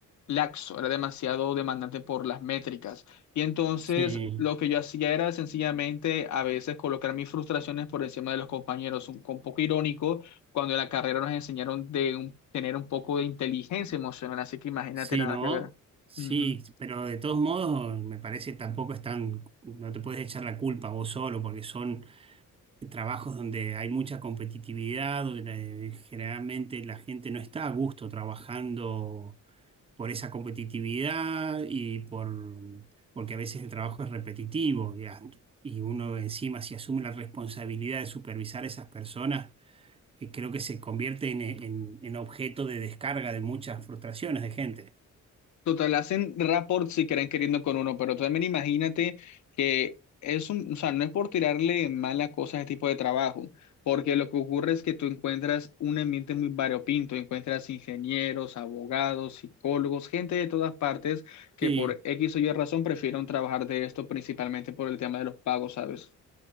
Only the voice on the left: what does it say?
laxo, era demasiado demandante por las métricas. Y entonces
lo que yo hacía era sencillamente a veces colocar mis frustraciones por encima de los compañeros, un, un poco irónico cuando en la carrera nos enseñaron de un- tener un poco de inteligencia emocional, así que imagínate
nada
que ver.
Ujú.
Total, hacen rapport si quieren queriendo con uno, pero también imagínate que es un, o sea, no es por tirarle mala cosa a este tipo de trabajo, porque lo que ocurre es que tú encuentras un ambiente muy variopinto, encuentras ingenieros, abogados, psicólogos, gente de todas partes que
por X o Y razón prefieren trabajar de esto principalmente por el tema de los pagos, ¿sabes?